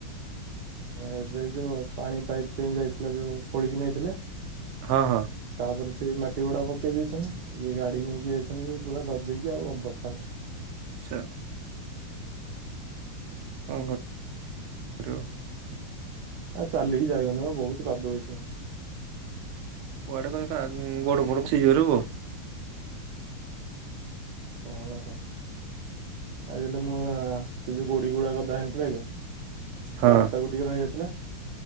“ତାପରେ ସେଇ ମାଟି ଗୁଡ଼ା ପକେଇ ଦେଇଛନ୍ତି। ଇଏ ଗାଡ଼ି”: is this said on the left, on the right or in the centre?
Right